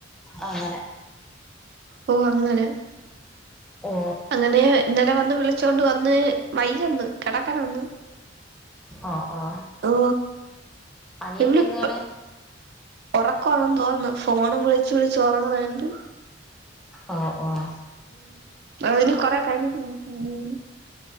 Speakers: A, in the centre; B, on the right.
A: ആ ങ്ങനെ
B: ഓ അങ്ങനെ
A: ഓ
B: അങ്ങനേ ഇന്നലെ വന്ന് വിളി ച്ചോണ്ട് വന്ന് വയ്യെന്ന്. കെടക്കണൊന്ന്
A: ഓ ഓ
B: ഓ
A: അനിയത്തി
B: ഇവളിപ്പം
A: എന്താണ്
B: ഒറക്കാണ് തോന്നുന്നു. ഓണം വിളിച്ചു വിളിച്ചോറങ്ങണ് ണ്ട്.
A: ഓ ഓ
B: അയിന് കൊറേ കയിഞ്ഞിട്ട് ൻ